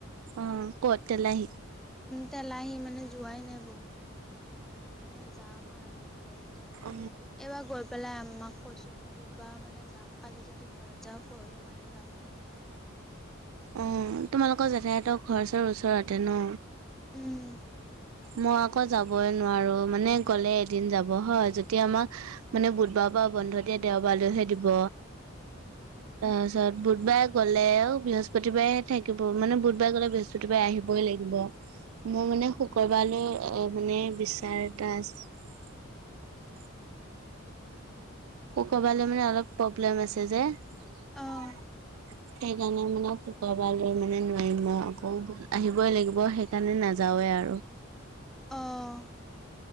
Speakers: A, on the right (about 85°); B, in the centre.
A: অ, ক তেল আহি
B: তেলাহি মানে যোৱাই নাই বহুত দিন হ'ল সেইটো কাৰণে মানে যাম আৰু হেৰিত
A: অ
B: এইবাৰ গৈ পেলাই আমাক কৈছো বুধবাৰ মানে যাম কালি যদি ঘৰত যাও পৰহি মানে যামগৈ।
A: অ, তোমালোকৰ জেঠায়তৰ ঘৰ চৰ ওচৰতে ন।
B: উম,
A: মই আকৌ যাবই নোৱাৰো মানে গ'লে এদিন যাব হয় যিতিয়া আমাক মানে বুধবাৰ পৰা বন্ধ দিয়ে দেওবাৰলৈহে দিব। তাৰপিছত বুধবাৰে গ'লেও বৃহস্পতিবাৰে থাকিব মানে বুধবাৰে গলে বৃহস্পতিবাৰে আহিবই লাগিব। মই মানে শুক্ৰবাৰলৈ মানে বিচাৰ এটা আছে। অ, কবালৈ মানে অলপ প্ৰব্লেম আছে যে। সেই
B: অঁ
A: কাৰণে মানে শুক্ৰবাৰলৈ মানে নোৱাৰিম মই আকৌ আহিবই লাগিব সেইকাৰণে নাযাও। আৰু।
B: অ',